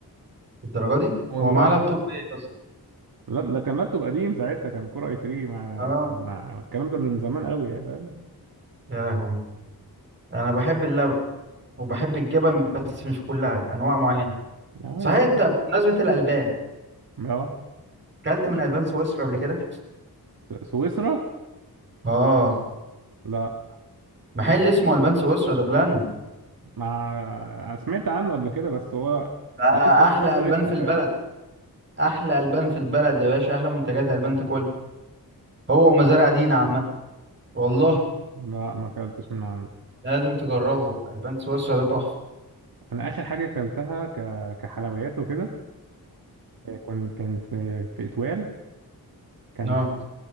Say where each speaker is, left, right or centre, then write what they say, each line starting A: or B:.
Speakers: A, on the right; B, on the right.
A: الدرجه دي
B: <laughs> والله
A: هو معاه
B: العظيم.
A: لابتوب ايه بس
B: لا ده كان لابتوب قديم ساعتها كان كور اي 3 مع
A: اه
B: كان مع- الكلام ده من زمان قوي يعني فاهم
A: يا لهوي انا بحب اللبن وبحب الجبن بس مش كلها انواع معينه
B: اه
A: صحيح
B: يا
A: انت
B: عم
A: بمناسبه الالبان
B: اه
A: اكلت من البان سويسرا قبل كده
B: س- سويسرا
A: اه
B: لا
A: محل اسمه البان سويسرا ده بلاند
B: مع سمعت عنه قبل كده بس هو
A: ده
B: الاسم شبه
A: احلى
B: سونيستا
A: البان في البلد
B: فاهم
A: احلى البان في البلد يا باشا احلى منتجات البان تاكلها هو ومزارع دينا عامه والله
B: لا ما اكلتش من عنده
A: لازم تجربه البان سويسرا ده تحفه
B: انا اخر حاجه اكلتها ك... كحلويات وكده كنت كانت في اتوال كان
A: امم
B: في